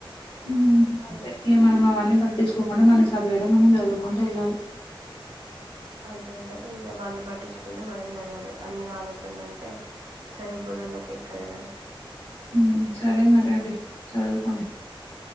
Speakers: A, on the left; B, on the right.
A: హ్మ్ అంతే ఇగ మనం అవన్నీ పట్టించుకోకుండా, మన చదివేదా మనం చదువుకుంటూ వెళ్ళాలి.
B: అంతే కదా ఇగ వాళ్ళని పట్టించుకుంటే మనం చదవలే అన్ని ఆలోచనలుంటే చదువు బుర్రలోకి ఎక్కదు కదా
A: ఊ సరే మరి అండి చదువుకోండి